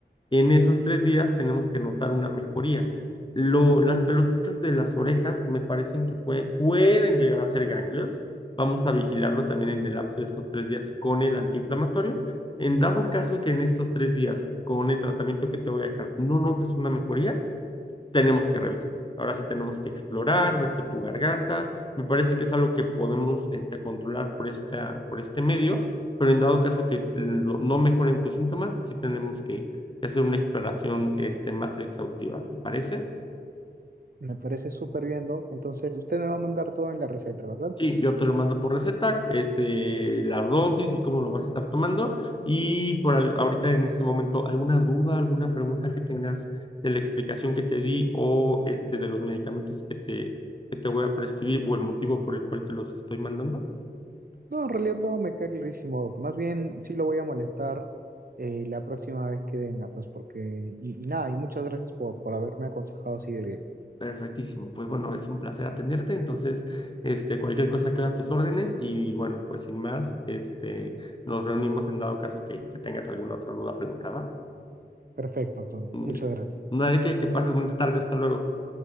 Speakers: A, on the left; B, on the right.
A: En esos tres días tenemos que notar una mejoría. Lo, las pelotitas de las orejas me parecen que puede- pueden llegar a ser ganglios. Vamos a vigilarlo también en el lapso de estos tres días con el antiinflamatorio. En dado caso que en estos tres días, con el tratamiento que te voy a dejar, no notes una mejoría, tenemos que revisar. Ahora sí tenemos que explorar, verte tu garganta. Me parece que es algo que podemos este, controlar por, esta, por este medio, pero en dado caso que lo- no mejoren tus síntomas, sí tenemos que, que hacer una exploración este, más exhaustiva. ¿Te parece?
B: Me parece súper bien, Doc. Entonces, usted me va a mandar todo en la receta, ¿verdad?
A: Sí, yo te lo mando por receta, este, las dosis y cómo lo vas a estar tomando. Y por al- ahorita en este momento, ¿alguna duda, alguna pregunta que tengas de la explicación que te di o este de los medicamentos que te, que te voy a prescribir o el motivo por el cual te los estoy mandando?
B: No, en realidad todo me queda clarísimo, Doc. Más bien, sí lo voy a molestar eh, la próxima vez que venga, pues porque... Y, y nada, y muchas gracias por, por haberme aconsejado así de bien.
A: Perfectísimo. Pues bueno, es un placer atenderte. Entonces, este, cualquier cosa queda a tus órdenes y bueno, pues sin más, este, nos reunimos en dado caso que, que tengas alguna otra duda, pregunta, ¿va?
B: Perfecto, Doc.
A: Muy
B: Muchas
A: bien.
B: gracias.
A: No hay que, que pases bonita tarde. Hasta luego.